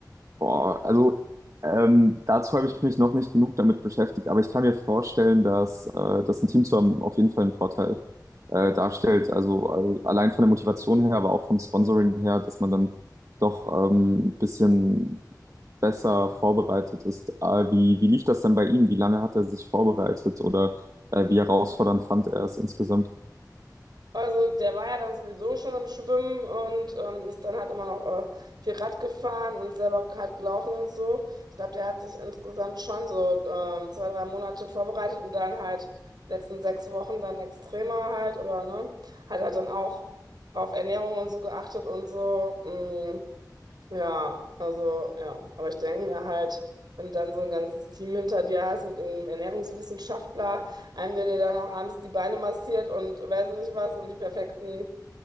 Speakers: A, on the right (about 50°); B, on the right (about 70°).
A: Boah, also ähm, dazu habe ich mich noch nicht genug damit beschäftigt, aber ich kann mir vorstellen, dass, äh, dass ein Team zu haben auf jeden Fall einen Vorteil äh, darstellt. Also äh, allein von der Motivation her, aber auch vom Sponsoring her, dass man dann doch ähm, ein bisschen besser vorbereitet ist. Äh, wie, wie lief das denn bei ihm? Wie lange hat er sich vorbereitet oder äh, wie herausfordernd fand er es insgesamt?
B: Also der war ja dann sowieso schon im Schwimmen und ähm, ist dann halt immer noch äh, viel Rad gefahren und selber halt gelaufen und so. Ich glaube, der hat sich insgesamt schon so ähm, zwei, drei Monate vorbereitet und dann halt letzten sechs Wochen dann extremer halt oder ne, hat halt dann auch auf Ernährung und so geachtet und so. mm. Ja, also ja, aber ich denke mir halt, wenn du dann so ein ganzes Team hinter dir hast mit irgendeinem Ernährungswissenschaftler, einem, der dir dann auch abends die Beine massiert und weiß nicht was und die perfekten,